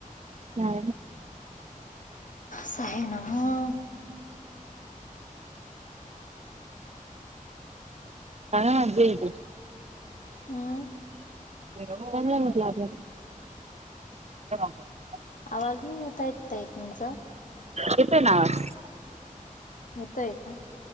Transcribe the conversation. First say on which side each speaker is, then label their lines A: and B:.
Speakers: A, on the right; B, on the left.
A: हा
B: स आहे ना म
A: चां चांगलं
B: हम्म
A: चांगला म्हटलं आपल्याला <inaudible> <unintelligible>
B: आवाज नाही येता येत आहेत ताई तुमचा
A: येतय ना आवाज. <inaudible>
B: येतोय का?